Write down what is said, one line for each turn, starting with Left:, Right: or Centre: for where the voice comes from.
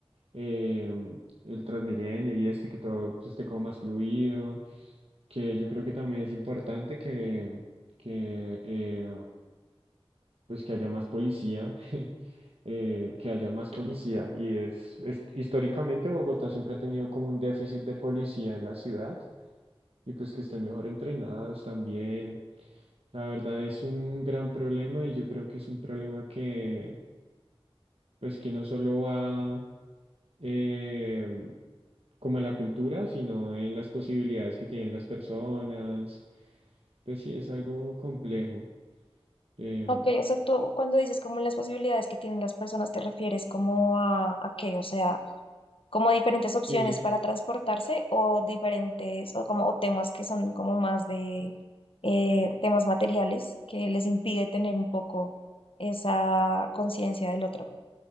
Right: eh, el Transmilenio y este que todo esté como más fluido, que yo creo que también es importante que, que eh, pues que haya más policía, <laughs> eh, que haya más policía. Y es, es- históricamente Bogotá siempre ha tenido como un déficit de policía en la ciudad y pues que estén mejor entrenados también. La verdad es un gran problema y yo creo que es un problema que pues que no solo va eh, como en la cultura, sino en las posibilidades que tienen las personas. Pues sí, es algo complejo. em,
Left: Ok, o sea, tú cuando dices como las posibilidades que tienen las personas, ¿te refieres como a, a qué? O sea, como diferentes opciones
Right: Sí,
Left: para transportarse o diferentes o como o temas que son como más de eh, temas materiales que les impide tener un poco esa conciencia del otro.